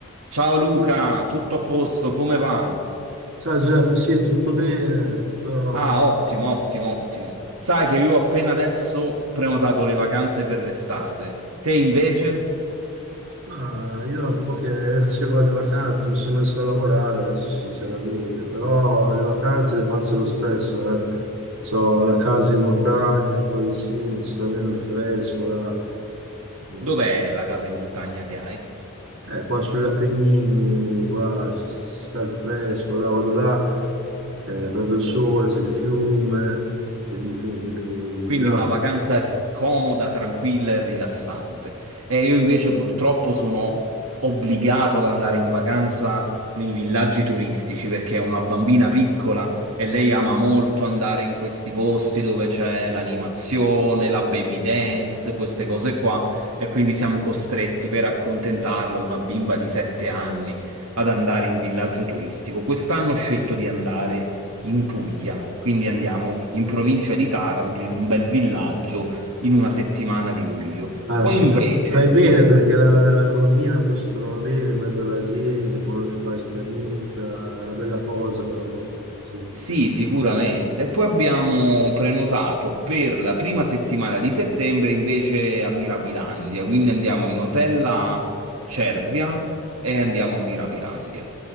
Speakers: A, on the right (about 75°); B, on the right (about 55°).
A: Ciao Luca, tutto a posto, come va?
B: Ciao Giuseppe, sì, tutto bene. Sto-
A: Ah, ottimo, ottimo, ottimo. Sai che io ho appena adesso prenotato le vacanze per l'estate. Te invece?
B: Ma io un po' che <laughs> ero circa le vacanze, mi sono messo a lavorare adesso sinceramente, però le vacanze le faccio lo stesso. Eh. C'ho la casa in montagna, qua vicino, si sta bene il fresco, là. Mm.
A: Dov'è la casa in montagna che hai?
B: Eh, qua sugli Appennini, qua si si sta il fresco, là vado là, eh, prendo il sole, c'è il fiume, e mi, mi, mi mi
A: Quindi
B: dà
A: una vacanza comoda, tranquilla e rilassante. E io invece purtroppo sono obbligato ad andare in vacanza nei villaggi turistici perché ho una bambina piccola e lei ama molto andare in questi posti dove c'è l'animazione, la baby dance, queste cose qua. E quindi siamo costretti per accontentarla, una bimba di sette anni, ad andare in villaggio turistico. Quest'anno ho scelto di andare in Puglia, quindi andiamo in provincia di Taranto, in un bel villaggio, in una settimana di luglio.
B: Ah,
A: Poi
B: sì,
A: invece,
B: fa- fai bene perché la, la- la bambina poi si trova bene in mezzo alla gente, quando fa esperienza, è una bella cosa per la bambina. Sì.
A: Sì, sicuramente. Poi abbiamo prenotato per la prima settimana di settembre invece a Mirabilandia, quindi andiamo in hotel a Cervia e andiamo a Mirabilandia.